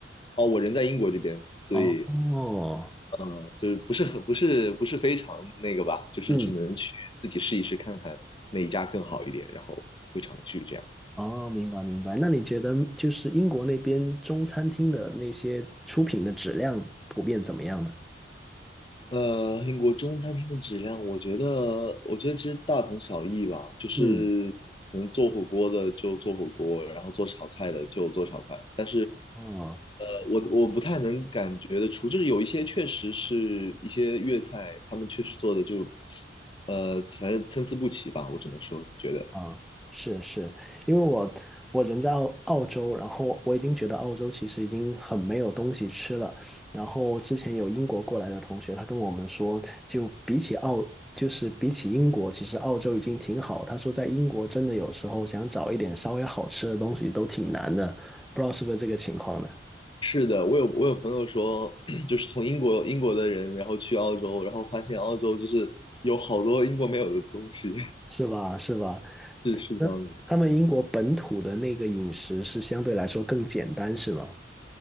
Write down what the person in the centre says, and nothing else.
哦，
嗯，
哦，明白明白。那你觉得就是英国那边中餐厅的那些出品的质量普遍怎么样呢？
嗯，
哦。
啊，是是，因为我我人在澳澳洲，然后我已经觉得澳洲其实已经很没有东西吃了。然后之前有英国过来的同学，他跟我们说，就比起澳，就是比起英国，其实澳洲已经挺好。他说在英国真的有时候想找一点稍微好吃的东西都挺难的，不知道是不是这个情况呢？
是吧？是吧？
那他们英国本土的那个饮食是相对来说更简单，
是吗？